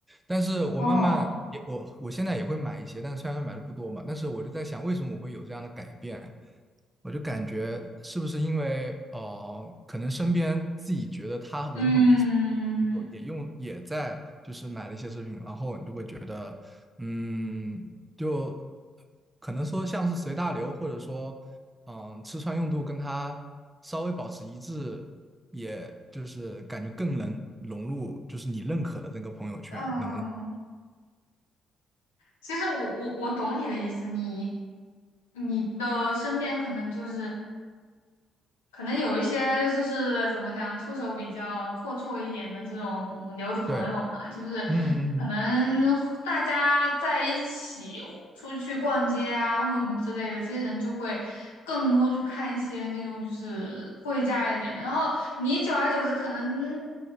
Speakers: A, on the right; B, on the left.
A: 但是我慢慢也我我现在也会买一些，
B: 哦，
A: 但虽然买的不多嘛，但是我就在想，为什么我会有这样的改变？我就感觉是不是因为呃，可能身边自己觉得他人很不错，
B: 嗯
A: 也用也在就是买了一些奢侈品，然后你就会觉得，嗯，就可能说像是随大流，或者说嗯，吃穿用度跟他稍微保持一致，也就是感觉更能融入，就是你认可的这个朋友圈。
B: 嗯，
A: 那么，
B: 其实我我我懂你的意思，你你的身边可能就是可能有一些就是怎么讲，出手比较阔绰一点的这种留子朋友嘛，
A: 对，
B: 就是
A: 嗯
B: 可能大家在一起出去逛街啊，或者什么之类的，这些人就会更多的去看一些那种就是贵价一点的。然后你久而久之，可能，